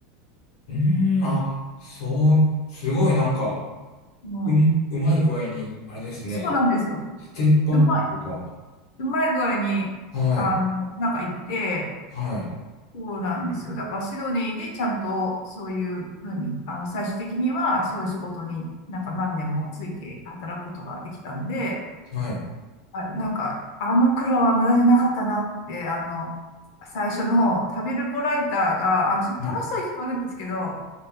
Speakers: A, on the left (about 75°); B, on the left (about 55°).
A: うーん、あ、そう、すごいなんか、
B: うん。
A: うん、うまい具合に、あれですね。
B: そうなんですよ。
A: ステップアップというか、
B: うまい、うまい具合に、
A: はい、
B: あの、なんか行って、
A: はい、
B: そうなんですよ。だからシドニーでちゃんとそういうふうに、あの、最終的にはそういう仕事になんか何年もついて働くことができたんで、
A: はい、
B: あ、なんか、あの苦労は無駄じゃなかったなって、あの、最初の旅ルポライターが、あ、ちょっと楽しそうに聞こえるんですけど、
A: ね